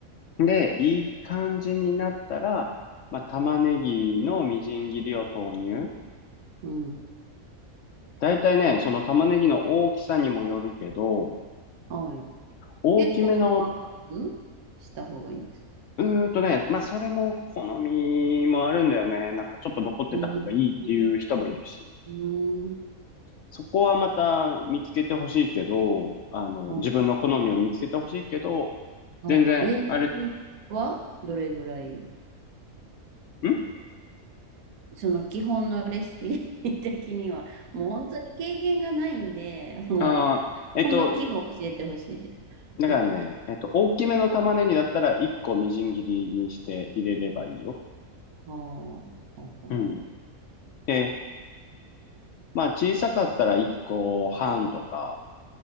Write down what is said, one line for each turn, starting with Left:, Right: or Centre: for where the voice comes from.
Left: で、いい感じになったら、まあ、玉ねぎのみじん切りを投入。
Right: うん、
Left: だいたいね、その玉ねぎの大きさにもよるけど、
Right: はい。
Left: 大きめの、
Right: 結構細かくした方がいいんです。
Left: うーんとね、まあ、それも好みもあるんだよね。なんかちょっと残ってた方がいいっていう人もいるし。
Right: うーん。うーん
Left: そこはまた見つけてほしいけど、あの、
Right: あ
Left: 自分の好みを見つけてほしいけど、
Right: はい。
Left: 全然、
Right: ベースはどれぐらい
Left: あれ、ん
Right: その基本のレシピ <laughs> 的には、もう本当に経験がないんで、もう基本の器具を教えてほしいです。
Left: ああー、えっと、だからね、
Right: <laughs>
Left: えっと、大きめの玉ねぎだったら1個みじん切りにして入れればいいよ。
Right: はあ、はあはあ
Left: うん。で、まあ小さかったら1個半とか、